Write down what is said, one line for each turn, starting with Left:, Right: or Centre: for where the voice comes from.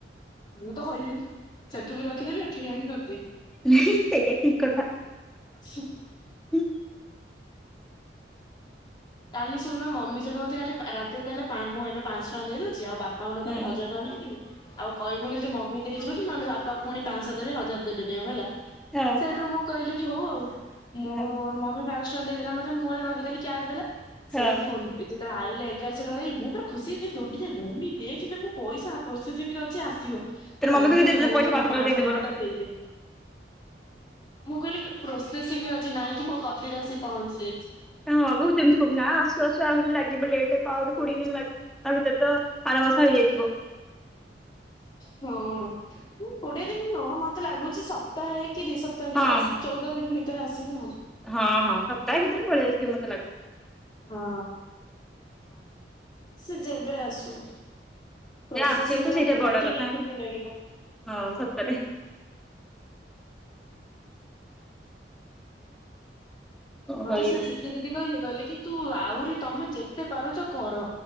Left: ମୁଁ ତ କହିବିନି ସେଠୁ ବି ରଖିଦେବି ଏଠୁ ବି ଆଣିକି ରଖିଦେବି।
Centre: ନେହି ସେଇଆ ଠିକ କଥା।
Left: ଶିଖ।
Centre: ହୁଁ
Left: କାଲି ଶୁଣନ ମମି ଜଣେ ମତେ କାଲି ରାତିରେ କହିଲେ ମୁଁ ଏବେ ପାଞ୍ଚ ଟଙ୍କା ଦେଇଦଉଛି ଆଉ ବାପା। ଆଉଟ କାଲି
Centre: ହୁଁ
Left: ହଜାର ଟଙ୍କା ନେଇଥିଲି ଆଉ କହିବୁି ମମି। ଦେଇଯିବ ବୋଲି ନହେଲେ ବାପା ପୁଣି ପାଞ୍ଚଶହ ଦେବେ ହଜାର ଦେବେନି ଆଉ ହେଲା।
Centre: ହଁ।
Left: ସେଠୁ ମୁଁ କହିଲି କି ହଉ ଆଉ ମୁଁ
Centre: ହଁ
Left: ମମି ପାଞ୍ଚ ଟଙ୍କା ଦେଇଦେଲା ମତେ ମୁଁ ଗ ରଖିଦେଲି କ୍ୟା ଦେଲା। ସେଇଠୁ
Centre: ହଁ
Left: ଫୋନ ଯେତେବେଳେ ଆଇଲେ ଏଗାରହ ଟଙ୍କା ଏଇ ମୁଁ ପୁର ଖୁସି ହେଇିନ ଦୁଡି ମୁମି ଦେଖିବେ ମୁଁ ପଇସା। ପ୍ରୋସେସିଂରେ ଅଛି ଆସିବ
Centre: ତୋର
Left: ହେଲା ମମି
Centre: କୁ ଦେଇଦେ
Left: କହୁଛ ହଉ
Centre: ପଇସା
Left: ହଉ ମୁଁ ପାଞ୍ଚଶହ
Centre: ଦେଇଦେ ମୋର।
Left: ଟଙ୍କା ଟା ଦେଇଦେ। ମୁଁ କହିଲି ପ୍ରୋସେସିଂରେ ଅଛି ନାଇଁ କି ମୋ କତିରେ ଆସି ପହଞ୍ଚି ଯାଇଛି।
Centre: ହଁଗ ମୁଁ ତମିତି କହୁ ନା ଆସୁ ଆସୁ ଆହୁ ଲାଗିବ ଲେଟ୍। ଆହୁରି କୋଡିଏ ଦିନ ଲାଗିବ ତା ଭିତରେ ତ ଆର ମାସ ହେଇଯାଇଥିବ।
Left: ହଁଁ କୋଡିଏ ଦିନ ନୁହଁ ମତେ ଲାଗୁଛି ସପ୍ତାହେ କି ଦିଇ ସପ୍ତାହ। ତ
Centre: ହଁ
Left: ଭିତରେ ଆ ଚଉଦ ଦିନ ଭିତରେ ଆସିବ ଆଉ।
Centre: ହଁ ହଁ ସପ୍ତାହେ ଭିତରେ ପଳେଇ ଆସିବେ ମତେ ଲାଗୁଛି।
Left: ହଁ
Centre: ହଁ।
Left: ସେ ଯେବେ ଆସୁ। ପ୍ରୋସେସିଂ
Centre: ହୁଁ ଆସିବ ତ
Left: ରେ
Centre: ସେଇଟା
Left: ଅଛି
Centre: ବଡ
Left: ଦେଖିକି
Centre: କଥା
Left: ଖୁସି ଲାଗିଲା
Centre: ହଁ ସତରେ। କଣ
Left: ମତେ
Centre: କରିବି
Left: ସେ ଚିକି ଯଦି କହିଲେ କହିଲେ କି ତୁ ଆହୁରି ତମେ ଯେତେ ପାରୁଛ କର